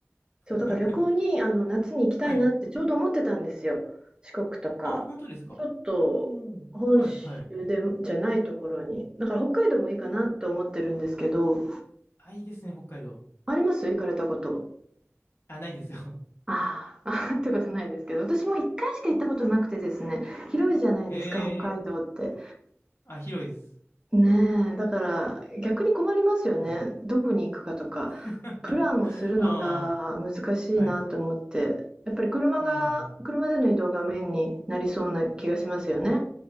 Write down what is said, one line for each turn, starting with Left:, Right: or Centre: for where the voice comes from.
Right: そう、
Left: <laughs>
Right: だから旅行に、あの、夏に行きたいなってちょうど思ってたんですよ。
Left: はい。
Right: 四国とか。
Left: あ、本当ですか。
Right: ちょっと本州
Left: うん。はい、はい。
Right: でじゃないところに。だから北海道もいいかなって思ってるんですけど、
Left: うん。あ、いいですね、北海道。
Right: あります行かれたこと。
Left: あ、ないんですよ。<laughs>
Right: あーあー、ああってことないですけど、私も1回しか行ったことなくてですね、広いじゃないですか、
Left: ええ
Right: 北海道って。
Left: あ、広いです。
Right: ねえ、だから逆に困りますよね。
Left: はい。
Right: どこに行くかとか、
Left: <laughs>
Right: プランをするのが難しいなと思って、
Left: ああ、はい。
Right: やっぱり車が、
Left: うん、うん。
Right: 車での移動がメインになりそうな気がしますよね。